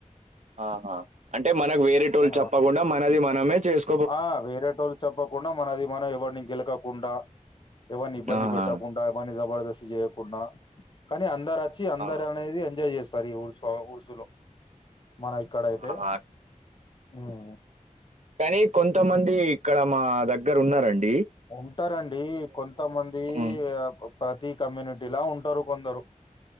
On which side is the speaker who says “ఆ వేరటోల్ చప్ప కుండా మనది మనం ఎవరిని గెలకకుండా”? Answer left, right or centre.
Left